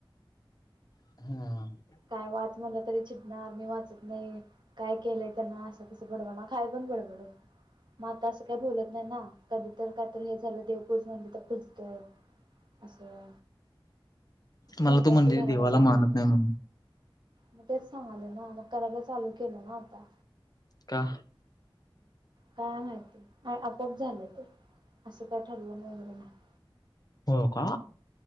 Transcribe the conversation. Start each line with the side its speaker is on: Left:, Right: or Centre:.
Left: <unintelligible>
Right: काय वाच म्हणलं तरी चिडणार, मी वाचत नाही. काय केलंय त्यांना असं तसं बडबड खाय पण बडबड, मग आता असं काही बोलत नाही ना. कधी तर का तर हे झालं देवपूज म्हणजे तर पुूजतय असं.
Left: मला
Right: संकष्टी
Left: तो म्हणजे
Right: धराला
Left: देवाला
Right: चालू
Left: मानत
Right: केलोय.
Left: नाही म्हणून
Right: मग तेच सांगाले ना, मग करायला चालू केलं ना आता.
Left: का?
Right: काय माहिती, आपआप झालं ते, असं काय ठरवून वगैरे नाही.
Left: हो का..